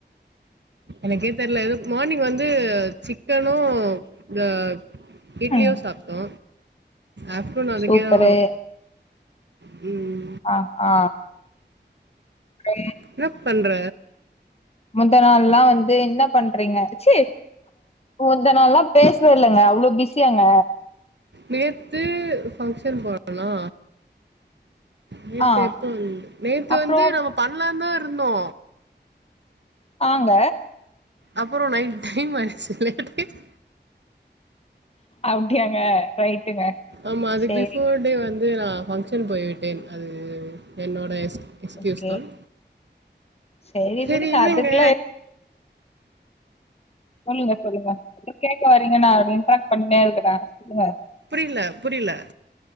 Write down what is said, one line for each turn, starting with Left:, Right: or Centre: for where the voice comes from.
Right: எனக்கே தெரில எதோ மார்னிங் வந்து சிக்கனு இந்த இட்லியு
Left: ம்
Right: சாப்ட்டோ ஆஃப்டர்னூன் அதுக்கே
Left: சூப்பரு
Right: வரு ம்
Left: ஆ ஆ ம்
Right: என்ன பண்ற
Left: முந்தா நாள்லா வந்து என்ன பண்றீங்க சீ முந்தா நாள்லா பேசவே இல்லங்க அவ்ளோ பிஸியாங்க
Right: நேத்து பங்க்ஷன் போனனா நேத்து
Left: ஆ
Right: எப்ப வந்தே நேத்து
Left: அப்றோ
Right: வந்து நம்ம பண்ணலான்னு தா இருந்தோ
Left: ஆங்க
Right: அப்பறோ நைட் டைம் ஆயிருச்சி லேட் ஆயிருச்
Left: அப்டியாங்க ரைட்டுங்க
Right: ஆமா அதுக்கு
Left: சேரி
Right: பிஃபோர் டே வந்து நா ஃபங்க்ஷன் போய் விட்டேன் அது என்னோட எஸ்க்யூஸ்
Left: ஓகே
Right: மேம்
Left: சேரி
Right: சரி
Left: விடுங்க
Right: என்னங்க
Left: அதுக்குல்லா சொல்லுங்க சொல்லுங்க ஏதோ கேக்கவரீங்க நா அத இன்ட்ராக்ட் பண்ட்டே இருக்கறே சொல்லுங்க
Right: புரியல புரியல